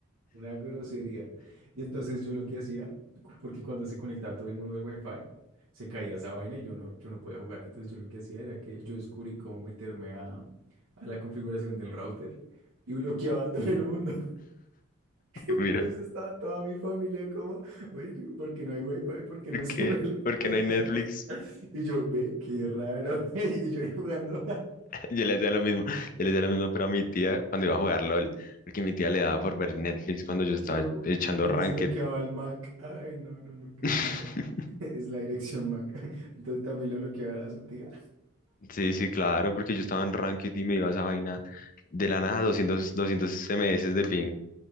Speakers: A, on the right (about 70°); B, on the left (about 40°).
A: una grosería. Y entonces yo lo que hacía, cu- porque cuando se conectaba todo el mundo al Wi-Fi, se caía esa vaina y yo no, yo no podía jugar. Entonces yo lo que hacía era que yo descubrí cómo meterme a a la configuración del router y bloqueaba a todo el mundo. <laughs> Entonces
B: Mira,
A: estaba toda mi familia como, oye, ¿por qué no hay wifi? ¿Por qué
B: ¿por
A: no <laughs> sirve
B: qué?
A: el internet?
B: ¿Por qué no hay Netflix?
A: <laughs> Y yo, ve, qué raro. <laughs> Y yo ahí jugando. <laughs>
B: Yo le hacía lo mismo, yo le hacía lo mismo, pero a mi tía cuando iba a jugar LOL, porque mi tía le daba por ver Netflix cuando yo estaba
A: Que uno,
B: echando
A: uno
B: Ranked.
A: les bloqueaba al Mac. Ay, no, no, no, qué
B: <laughs>
A: risa. <laughs> Es la dirección Mac. <laughs> Entonces también le bloqueaba a su tía.
B: Sí, sí, claro, porque yo estaba en Ranked y me iba a esa vaina de la nada, doscientos, doscientos 200 SMS de ping.